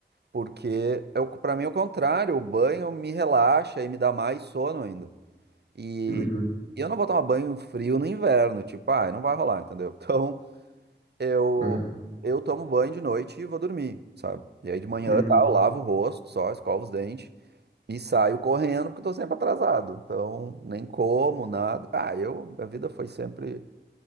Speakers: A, on the right (about 65°); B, on the left (about 35°).
A: Porque eu, pra mim é o contrário, o banho me relaxa e me dá mais sono ainda. E
B: Uhum,
A: eu não vou tomar banho frio no inverno, tipo, ah, não vai rolar, entendeu? <laughs> Então. Eu,
B: aham,
A: eu tomo banho de noite e vou dormir, sabe? E aí de manhã,
B: uhum.
A: tá, eu lavo o rosto só, escovo os dentes e saio correndo porque eu tô sempre atrasado. Então, nem como, nada. Ah, eu, a vida foi sempre